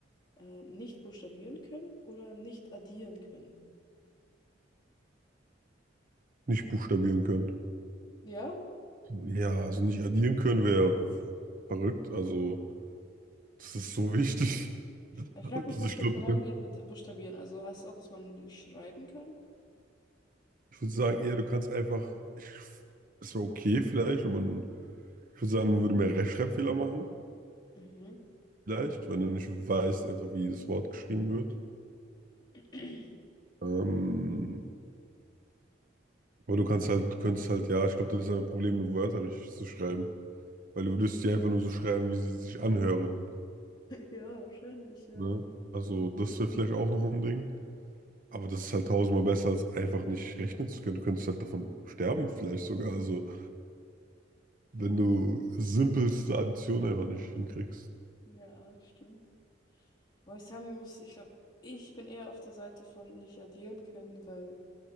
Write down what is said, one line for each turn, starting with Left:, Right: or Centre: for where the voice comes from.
Left: äh, nicht buchstabieren können oder nicht addieren können?
Right: Nicht buchstabieren können.
Left: Ja,
Right: Ja, also nicht addieren können wäre verrückt. Also, das ist so wichtig.
Left: Ich
Right: Also,
Left: frage mich, was
Right: ich
Left: damit
Right: glaube,
Left: reingeht mit Buchstabieren. Also heißt das auch, dass man nicht schreiben kann?
Right: ich würde sagen, eher, du kannst einfach, ich, es wäre okay vielleicht, wenn man, ich würde sagen, man würde mehr Rechtschreibfehler machen,
Left: Mhm.
Right: vielleicht, wenn du nicht weißt, einfach wie jedes Wort geschrieben wird.
Left: <clears throat>
Right: Ähm, aber du kannst halt, du könntest halt, ja, ich glaube, das ist ein Problem, Wörter richtig zu schreiben, weil du würdest die einfach nur so schreiben, wie sie sich anhören.
Left: Ja, wahrscheinlich, ja.
Right: Ne? Also, das wäre vielleicht auch noch ein Ding. Aber das ist halt tausendmal besser, als einfach nicht rechnen zu können. Du könntest halt davon sterben, vielleicht sogar. Also, wenn du simpelste Addition einfach nicht hinkriegst.
Left: Ja, stimmt. Wo ich sagen muss, ich glaube, ich bin eher auf der Seite von nicht addieren können, weil